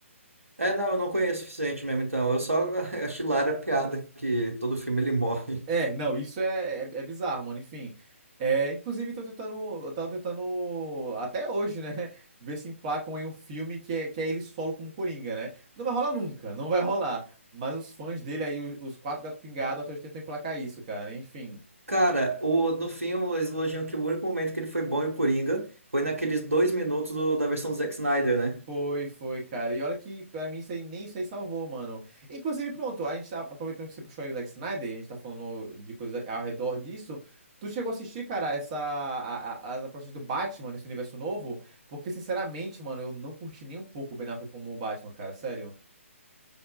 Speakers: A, on the right; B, on the right.
A: É, não, eu não conheço o suficiente mesmo, então. Eu só <laughs> acho hilária a piada que todo filme ele morre.
B: É, não, isso é, é, é bizarro, mano. Enfim, é, inclusive tô tentando, eu tava tentando até hoje, né, <laughs> ver se emplacam em um filme que é, que é ele solo como Coringa, né? Não vai rolar nunca, não vai rolar. Mas os fãs dele aí, os, os quatro gatos pingados, até hoje tentam emplacar isso, cara. Enfim,
A: Cara, o, no fim, eles elogiam que o único momento que ele foi bom e o Coringa foi naqueles dois minutos do- da versão do Zack Snyder, né?
B: Foi, foi, cara. E olha que pra mim isso aí nem isso aí salvou, mano. Inclusive, pronto, a gente tá aproveitando que você puxou aí o Zack Snyder, e a gente tá falando de coisas ao redor disso. Tu chegou a assistir, cara, essa a- a- as aparições do Batman nesse universo novo? Porque, sinceramente, mano, eu não curti nem um pouco o Ben Affleck como o Batman, cara, sério.